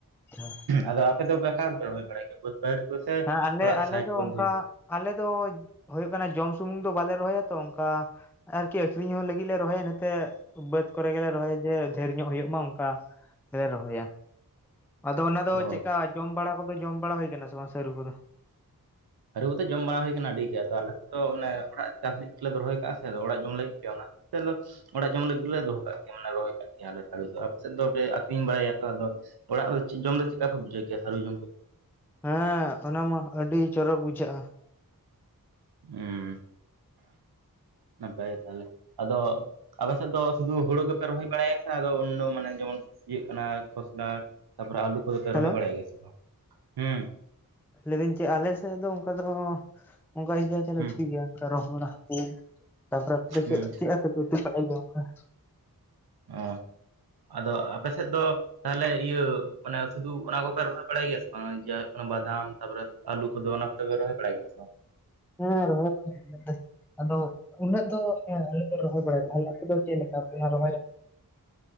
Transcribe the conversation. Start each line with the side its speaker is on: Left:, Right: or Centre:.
Centre: ᱟᱪᱪᱷᱟ
Right: ᱟᱫᱚ ᱟᱯᱮ ᱫᱚ ᱵᱮᱠᱟᱨ ᱯᱮ ᱨᱚᱦᱚᱭ ᱵᱟᱲᱟᱭ ᱜᱮᱭᱟ ᱯᱟᱹᱴ ᱠᱚᱥᱮ
Centre: ᱦᱮᱸ ᱟᱞᱮ
Right: ᱚᱲᱟᱜ
Centre: ᱟᱞᱮ
Right: ᱥᱟᱭᱤᱰ ᱠᱚ
Centre: ᱚᱱᱠᱟ
Right: ᱫᱚ
Centre: ᱟᱞᱮ ᱫᱚᱡ ᱦᱩᱭᱩᱜ ᱠᱟᱱᱟ ᱡᱚᱢ ᱥᱩᱢᱩᱝ ᱫᱚ ᱵᱟᱞᱮ ᱨᱚᱦᱚᱭᱟ ᱛᱚ ᱚᱝᱠᱟ ᱟᱨᱠᱤ ᱟᱠᱷᱨᱤᱧ ᱦᱚᱸ ᱞᱟᱹᱜᱤᱜ ᱞᱮ ᱨᱚᱦᱚᱭᱟ ᱱᱤᱛᱮ ᱵᱟᱹᱫ ᱠᱚᱨᱮ ᱜᱮᱞᱮ ᱨᱚᱦᱚᱭᱟ ᱡᱮ ᱫᱷᱮᱨ ᱧᱚᱜ ᱦᱩᱭᱩᱜ ᱢᱟ ᱚᱝᱠᱟ ᱥᱮ ᱨᱚᱦᱚᱭᱟ ᱟᱫᱚ ᱚᱱᱟ ᱫᱚ
Right: ᱚ
Centre: ᱪᱮᱫ ᱠᱟ ᱡᱚᱢ ᱵᱟᱲᱟ ᱠᱚᱫᱚ ᱡᱚᱢ ᱵᱟᱲᱟ ᱦᱩᱭ ᱟᱠᱟᱱᱟ ᱥᱮ ᱵᱟᱝ ᱥᱟᱹᱨᱩ ᱠᱚᱫᱚ ᱾
Right: ᱟᱹᱟᱹᱨᱩᱵ ᱠᱟᱛᱮᱮᱫ ᱡᱚᱢ ᱵᱟᱲᱟ ᱦᱩᱭ ᱟᱠᱟᱱᱟ ᱟᱹᱰᱤ ᱜᱮ ᱟᱫᱚ ᱟᱞᱮᱮᱫᱚ ᱚᱱᱮ ᱚᱲᱟᱜ ᱪᱟᱥ ᱞᱟᱹᱜᱤᱫ ᱜᱮᱞᱮ ᱨᱚᱦᱚᱭ ᱠᱟᱜ-ᱟ ᱥᱮ ᱟ ᱚᱲᱟᱜ ᱡᱚᱢ ᱞᱟᱹᱜᱤᱫ ᱜᱮ ᱚᱱᱟ ᱾ <unintelligible> ᱚᱲᱟᱜ ᱡᱚᱢ ᱞᱟᱹᱜᱤᱫᱞᱮ ᱫᱚᱦᱚ ᱠᱟᱜ ᱜᱮᱭᱟ ᱢᱟᱱᱮ ᱨᱚᱦᱚᱭ ᱠᱟᱜ ᱠᱮᱭᱟᱞᱮ ᱟᱯᱮ ᱥᱮᱫ ᱫᱚᱯᱮ ᱟᱠᱷᱨᱤᱧ ᱵᱟᱲᱟᱭᱟ ᱛᱚ ᱟᱫᱚ ᱚᱲᱟᱜ ᱪᱤᱜ ᱡᱚᱢ ᱫᱚ ᱪᱮᱫ ᱞᱮᱠᱟ ᱯᱮ ᱵᱩᱡᱷᱟᱹᱣ ᱠᱮ ᱦᱟᱹᱨᱩ ᱡᱚᱢ ᱠᱚ ᱾
Centre: ᱦᱮᱸ ᱚᱱᱟᱢᱟ ᱟᱹᱰᱤ ᱪᱚᱨᱚᱠ ᱵᱩᱡᱷᱟᱹᱜ-ᱟ ᱾
Right: ᱦᱩᱸ ᱱᱟᱯᱟᱭ ᱛᱟᱦᱚᱞᱮ ᱟᱫᱚ ᱾ ᱟᱵᱮ ᱥᱮᱫ ᱫᱚ ᱥᱩᱫᱩ ᱦᱩᱲᱩ ᱜᱮᱯᱮ ᱨᱚᱦᱚᱭ ᱵᱟᱲᱟᱭᱟ ᱥᱮ ᱟᱫᱚ ᱩᱱᱱᱚ ᱢᱟᱱᱮ ᱡᱮᱢᱚᱱ ᱤᱧᱟᱜ ᱠᱟᱱᱟ ᱠᱷᱚᱥᱞᱟ ᱾ ᱛᱟᱯᱚᱨᱮ ᱟᱹᱞᱩ ᱠᱚᱫᱚ ᱯᱮ
Centre: ᱦᱮᱞᱳ
Right: ᱨᱚᱦᱚᱭ ᱵᱟᱲᱟᱭ ᱜᱮᱭᱟ ᱥᱮ ᱵᱟᱝ ᱦᱮᱸ᱾
Centre: ᱞᱟᱹᱭ ᱫᱟᱹᱧ ᱪᱮᱫ ᱟᱞᱮ ᱥᱮᱫ ᱫᱚ ᱚᱱᱠᱟ ᱫᱚ ᱚᱱᱠᱟ ᱤᱭᱟᱹ ᱛᱮᱞᱮ
Right: ᱦᱩᱸ
Centre: ᱩᱛ ᱜᱮᱭᱟ ᱚᱱ ᱨᱚᱦᱚᱲ ᱦᱟᱹᱠᱩ ᱾ ᱛᱟᱯᱚᱨᱮ ᱟᱯᱮ ᱫᱚ
Right: ᱦᱩᱸ
Centre: ᱪᱮᱫ ᱪᱮᱫ ᱛᱮᱯᱮ ᱩᱛᱩ ᱵᱟᱲᱟᱭ ᱜᱮᱭᱟ ᱚᱝᱠᱟᱹ
Right: ᱚᱸ ᱟᱫᱚ ᱟᱯᱮᱥᱮᱫ ᱫᱚ ᱛᱟᱦᱚᱞᱮ ᱤᱭᱟᱹ ᱢᱟᱱᱮ ᱥᱩᱫᱩ ᱚᱱᱟ ᱠᱚᱯᱮ ᱨᱚᱦᱚᱭ ᱵᱟᱲᱟᱭ ᱜᱮᱭᱟ ᱥᱮ ᱵᱟᱝ ᱡᱮ ᱾ ᱵᱟᱫᱟᱢ ᱛᱟᱯᱚᱨᱮ ᱟᱞᱩ ᱠᱚ ᱫᱚ ᱚᱱᱟ ᱠᱚ ᱫᱚ ᱯᱮ ᱨᱚᱦᱚᱭ ᱵᱟᱲᱟᱭ ᱜᱮᱭᱟ ᱥᱮ ᱾
Centre: ᱦᱮᱸ ᱨᱚᱦᱚᱭ ᱟᱫᱚ ᱩᱱᱟᱹᱜ ᱫᱚ ᱾ ᱦᱮᱸ ᱟᱞᱮ ᱫᱚ ᱨᱚᱦᱚᱭ ᱵᱟᱲᱟᱭᱟ ᱟᱞᱮ ᱫᱚ ᱪᱮᱫᱮ ᱞᱮᱠᱟ ᱨᱚᱦᱚᱭ ᱾